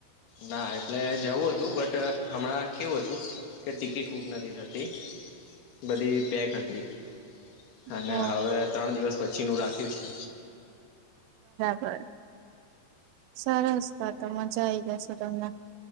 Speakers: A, on the left; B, on the right.
A: ના એટલે જવું હતું બટ હમણાં કેવું હતું કે ટિકિટ બુક નથી થતી. બધી પેક હતી. અને
B: હો
A: હવે ત્રણ દિવસ પછી નું રાખ્યું છે.
B: બ સારા રસ્તા તો મજા આઈ જશે તમને.